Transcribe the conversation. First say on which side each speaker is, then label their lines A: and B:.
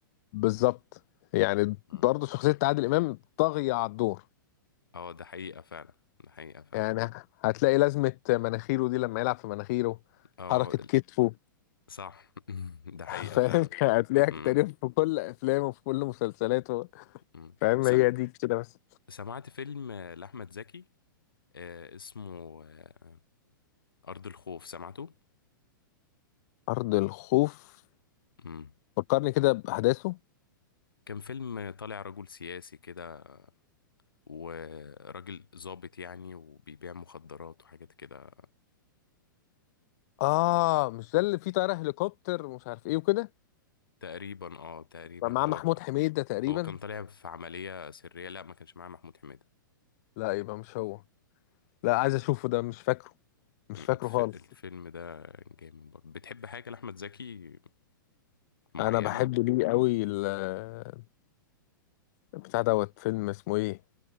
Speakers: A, on the left; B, on the left.
A: بالظبط يعني
B: مم.
A: برضه شخصية عادل امام طاغية على الدور
B: اه ده حقيقة فعلا ده حقيقة فعلا
A: يعني هتلاقي لازمة مناخيره دي لما يلعب في مناخيره
B: اه
A: حركة
B: ال-
A: كتفه
B: صح <laughs> ده
A: <laughs>
B: حقيقة
A: فاهم
B: فعلا
A: هتلاقيها
B: مم.
A: كتير في كل أفلامه وفي كل مسلسلاته
B: مم.
A: فاهم
B: س...
A: هي دي كده بس
B: سمعت فيلم آه، لأحمد زكي آه، اسمه آه، أرض الخوف سمعته
A: أرض الخوف
B: مم.
A: فكرني كده بأحداثه
B: كان فيلم طالع رجل سياسي كده وراجل ظابط يعني وبيبيع مخدرات وحاجات كده
A: آه مش ده اللي فيه طيارة هليكوبتر ومش عارف إيه وكده
B: تقريبا اه تقريبا
A: مع
B: هو
A: محمود حميدة تقريبا
B: هو كان طالع في عملية سرية لا ما كانش معاه محمود حميدة
A: لا يبقى مش هو لا عايز أشوفه ده مش فاكره مش
B: مم، الف...
A: فاكره خالص
B: الفيلم ده جامد برضه بتحب حاجة لأحمد زكي معينة
A: أنا بحب ليه قوي ال- بتاع دوت فيلم اسمه إيه